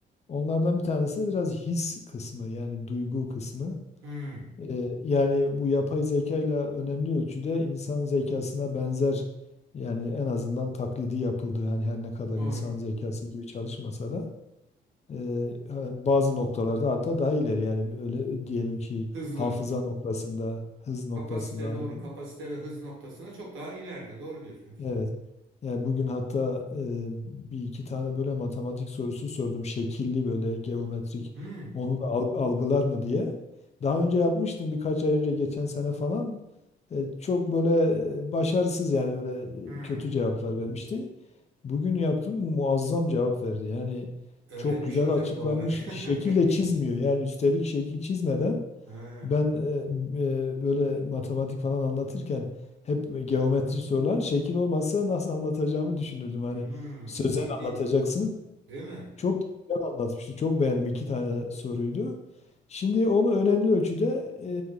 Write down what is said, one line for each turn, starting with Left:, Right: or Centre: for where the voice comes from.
Left: Onlardan bir tanesi de biraz his kısmı yani duygu kısmı.
Right: Hı.
Left: E, yani bu yapay zeka ile önemli ölçüde insan zekasına benzer yani en azından taklidi yapıldı. Yani her ne kadar
Right: Doğru.
Left: insan zekası gibi çalışmasa da. Eee, bazı noktalarda hatta daha ileri yani öyle diyelim ki
Right: Hızlı.
Left: hafıza noktasında, hız noktasında
Right: Kapasite
Left: aynı.
Right: doğru. Kapasite ve hız noktasında çok daha ileride. Doğru diyorsunuz.
Left: Evet. Yani bugün hatta eee, bir iki tane böyle matematik sorusu sordum. Şekilli böyle geometrik.
Right: Hı.
Left: Onu da al- algılar mı diye. Daha önce yapmıştım birkaç ay önce geçen sene falan. E, çok böyle e, başarısız yani böyle
Right: Hı.
Left: e, kötü cevaplar vermişti. Bugün yaptım muazzam cevap verdi. Yani
Right: Öğrenmiş
Left: çok güzel
Right: hocam
Left: açıklamış.
Right: bu ara.
Left: Şekil
Right: <laughs>
Left: de çizmiyor. Yani üstelik şekil çizmeden
Right: Ha.
Left: ben e, e, böyle matematik falan anlatırken hep geometri sorular şekil olmazsa nasıl anlatacağımı düşünürdüm. Hani
Right: Hı.
Left: sözel
Right: İlginç.
Left: anlatacaksınız.
Right: Değil mi?
Left: Çok güzel anlatmıştı. Çok beğendim. İki tane soruydu. Şimdi onu önemli ölçüde e,